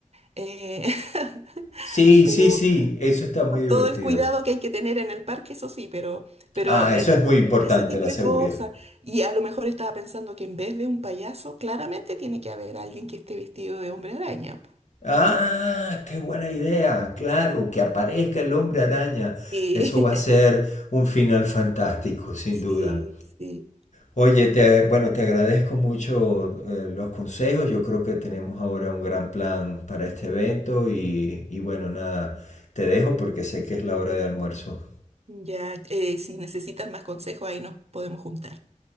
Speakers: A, on the right (about 50°); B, on the left (about 65°).
A: Eh, <laughs>
B: Sí,
A: pero
B: sí, sí, eso está muy
A: con
B: divertido.
A: todo el cuidado que hay que tener en el parque, eso sí, pero, pero
B: Ah,
A: eh,
B: eso es muy importante,
A: ese tipo
B: la
A: de
B: seguridad.
A: cosas. Y a lo mejor estaba pensando que en vez de un payaso, claramente tiene que haber alguien que esté vestido de hombre araña. po.
B: Ah, qué buena idea. Claro, que aparezca el hombre araña.
A: Y,
B: Eso va a ser un final fantástico, sin
A: <laughs> sí,
B: duda.
A: sí.
B: Oye, te, bueno, te agradezco mucho eh, los consejos. Yo creo que tenemos ahora un gran plan para este evento y, y bueno, nada, te dejo porque sé que es la hora de almuerzo.
A: Ya, eh, si necesitas más consejos, ahí nos podemos juntar.